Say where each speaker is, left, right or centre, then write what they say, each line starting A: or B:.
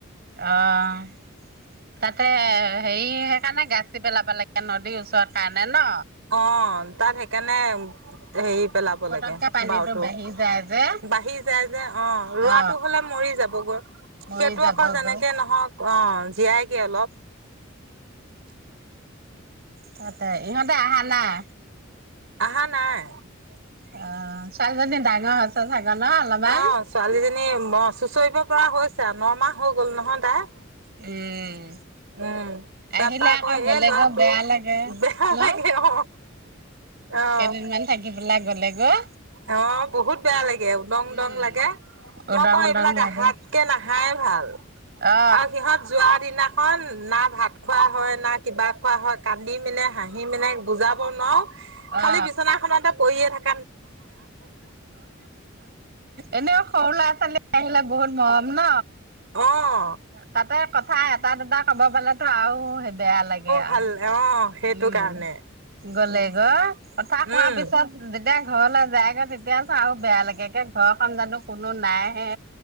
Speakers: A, on the right; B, on the right.
A: অ'। তাতে হেৰি সেইকাৰণে গাচি পেলাব লাগে নদীৰ ওচৰত কাৰণে ন।
B: অহ, তাত সেইকাৰণে হেৰি পেলাব
A: পতককে
B: লাগে
A: পানীটো
B: বাওতটো
A: বাঢ়ি যায় যে
B: বাঢ়ি যায় যে আহ ৰোৱাটো
A: অ
B: হলে মৰি যাবগৈ
A: মৰি
B: সেইটো
A: যাবগৈ
B: আকৌ যেনেকে নহওক আহ জীয়াইগে অলপ।
A: ততে ইহঁতে আহা নাই।
B: আহা নাই।
A: অ ছোৱালীজনী ডাঙৰ। <inaudible> <unintelligible> অলপমান
B: অ ছোৱালীজনী ম চুচৰিব কৰা হৈছে নৰমাহ হৈ গ'ল নহয় তাই।
A: উম।
B: উম
A: আহিলে
B: তাৰপৰা
A: আকৌ
B: কয়
A: গ'লে
B: এ লৰাটো
A: গৈ বেয়া লাগে
B: বেয়া
A: ন
B: লাগে অ আহ
A: কেইদিনমান থাকি পেলাই গ'লে গৈ
B: আহ বহুত বেয়া লাগে উদং
A: উম
B: দং লাগে
A: উদং
B: মই ক
A: উদং
B: এইবিলাক
A: লাগে
B: আহাতকে নাহাই ভাল
A: অ
B: আৰু সিহঁত যোৱা দিনা না ভাত খোৱা হয় না কিবা খোৱা হয় কান্দি মেলনে হাঁহি মানে বুজাব নোৱাৰোঁ খালি
A: অ
B: বিচনাখনতে পৰিয়ে থাকে
A: এনেও সৰু ল'ৰা ছোৱালী আহিলে বহুত মৰম ন।
B: অ',
A: তাতে কথা এটা দুটা ক'ব পালেতো আৰু বেয়া লাগে আৰু
B: ভাল অ', সেইটো
A: উম
B: কাৰণে
A: গলে
B: উম,
A: গ কথা কোৱাৰ
B: উম।
A: পিছত যেতিয়া ঘৰলৈ যায়গৈ তেতিয়াতো আৰু বেয়া লাগেগে ঘৰ ক জানো কোনো নাই হে।